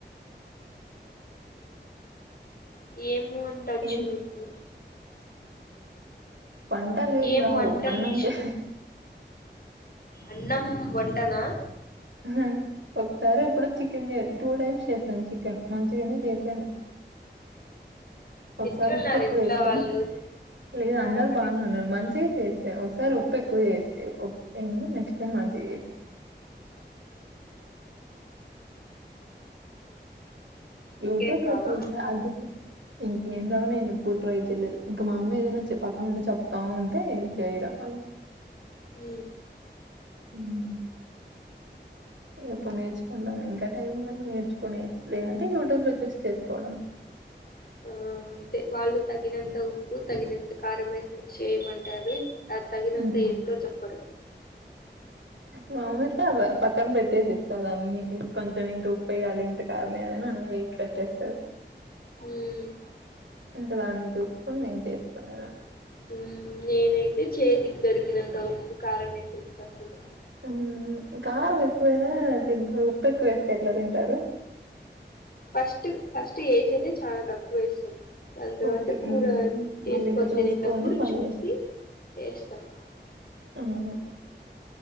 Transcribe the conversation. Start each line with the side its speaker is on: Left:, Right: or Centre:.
Left: ఏం వంటొచ్చు
Right: ఏ
Left: మీకు
Right: వంటలేం
Left: ఏం
Right: రావు
Left: వంటలు
Right: అన్నం
Left: వచ్చు
Right: తొ
Left: అన్నం వంటనా
Right: అ ఒకసారి ఎప్పుడొ చికెన్ చె టూ టైమ్స్ చేసాను చికెన్ మంచిగనే చేసాను. ఒకసారి
Left: ఎట్లున్నారు
Right: ఉప్పు ఎక్కువేసా
Left: ఇంట్లో వాళ్ళు తిన్నారా
Right: లేదు అందరు
Left: పడేసినారా
Right: బాగానే ఉన్నారు మంచిగా చేసా ఒకసారి ఉప్పు ఎక్కువ జేసా ఉ ఏంది నెక్స్ట్ టైమ్ మంచిగ చేసా యూట్యూబ్
Left: ఇంకేం
Right: లో
Left: రావా
Right: చూసా అందుకు ఇంకేం రావు నేను ఎప్పుడు ట్రై చెయలేదు ఇంక మా అమ్మ ఏదైనా చె పక్క నుండి చెప్తాఉంటే చేయడం అంతే
Left: ఉ
Right: హ్మ్ ఎప్పుడు నేర్చుకుంటాం ఇంకా టైం కా నేర్చుకునే లేదంటే యూట్యూబ్ లో చూస్ చేసుకోవడమే.
Left: ఆ అంతే వాళ్ళు తగినంత ఉప్పు తగినంత కారం ఎస్ చేయమంటారు అ తగినంత
Right: ఉమ్.
Left: ఎంతో చెప్పరు
Right: మా అమ్మయితే పక్కన పెట్టేసి ఇస్తారు అన్ని కొంచెం ఇంత ఉప్పు వేయ్యాలి ఇంత కారంమ వయాలిని అన్ని వేసి పెట్టేస్తారు
Left: హ్మ్
Right: ఇంక దాన్ని చూసుకొని నేను చేసుకులే
Left: మ్మ్ నేనైతే చేతికి దొరికినంత ఉప్పు కారం వేసేస్త అసలు
Right: మ్మ్ కారం ఎక్కువైనా తింటారు ఉప్పు ఎక్కువ వేస్తే ఎట్లా తింటారు
Left: ఫస్ట్ ఫస్ట్ వేసేది చాలా తక్కువ వేస్తాం దాని తర్వాత
Right: ఓకే
Left: కూర
Right: మ్మ్
Left: వేసుకొని
Right: మళ్ళీ ఇంకా చూసుకొని
Left: తినేటప్పుడు
Right: మళ్ళీ
Left: చూసి వేస్తాం
Right: ఊహు